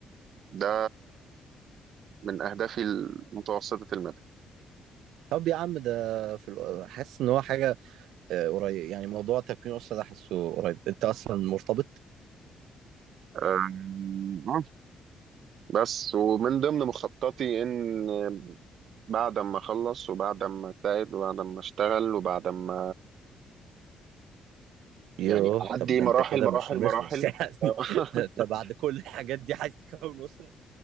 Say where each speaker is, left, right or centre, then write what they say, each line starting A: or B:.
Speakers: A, on the right (about 65°); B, on the right (about 85°).
A: ده من أهدافي المتوسطة المدى
B: طب يا عم ده في الو- حاسس ان هو حاجه آه، قريب يعني موضوع تكوين اسره ده حاسه قريب انت اصلا مرتبط
A: أم، آه، بس ومن ضمن مخططي إن بعد ما أخلص وبعد ما أجتهد وبعد ما أشتغل وبعد ما
B: يوه
A: يعني أعدي
B: طب ده
A: مراحل
B: انت كده
A: مراحل
B: مش هنخلص
A: مراحل
B: <laughs> يعني
A: <laughs>
B: ده انت بعد كل الحاجات دي عايز تكون اسره